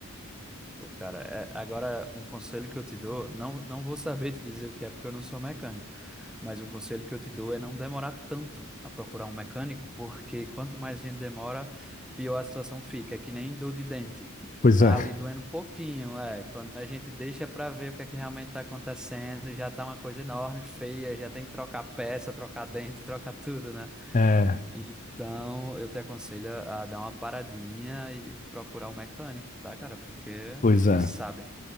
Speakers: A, in the centre; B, on the left.
A: Pô, cara, é- agora um conselho que eu te dou, não, não vou saber te dizer o que é porque eu não sou mecânico, mas um conselho que eu te dou é não demorar tanto a procurar um mecânico, porque quanto mais gente demora, pior a situação fica. É que nem dor de dente.
B: Pois
A: Tá
B: é.
A: ali doendo um pouquinho, é. Quando a gente deixa para ver o que é que realmente tá acontecendo, já tá uma coisa enorme, feia, já tem que trocar peça, trocar dente, <laughs> trocar tudo, né?
B: É,
A: Então, eu te aconselho a dar uma paradinha e procurar um mecânico, tá, cara? Porque
B: pois
A: nunca
B: é.
A: se sabe.